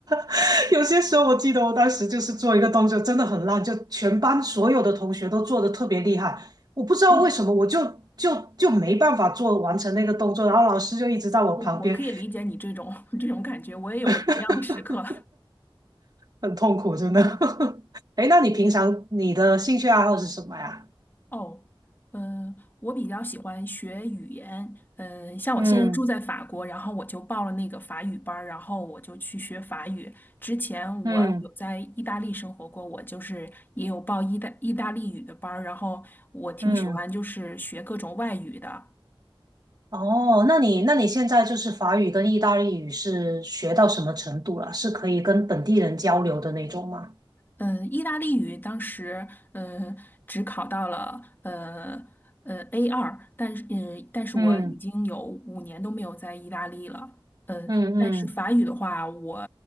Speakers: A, on the right; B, on the left.
A: <laughs> 有些时候我记得我当时就是做一个动作真的很烂，就全班所有的同学都做的特别厉害，我不知道为什么，
B: 嗯
A: 我就就就没办法做完成那个动作，然后老师就一直在我旁边，
B: 嗯，我可以理解你这种 <laughs> 这种感觉，我也有过同样的时刻。
A: <laughs> 很痛苦，真的。<laughs> 哎那你平常你的兴趣爱好是什么呀？
B: 哦，嗯、我比较喜欢学语言，嗯、像我现在住在法国，
A: 嗯
B: 然后我就报了那个法语班儿然后我就去学法语。之前我有在意大利生活过，
A: 嗯
B: 我就是也有报意大意大利语的班儿然后我挺喜欢就是学各种外语的，
A: 嗯，哦，那你那你现在就是法语跟意大利语是学到什么程度了？是可以跟本地人交流的那种吗？
B: 呃，意大利语当时呃只考到了呃呃 a 二，但是呃但是我已经有五年都没有在意大利了。
A: 嗯
B: 呃，
A: 嗯嗯。
B: 但是法语的话，我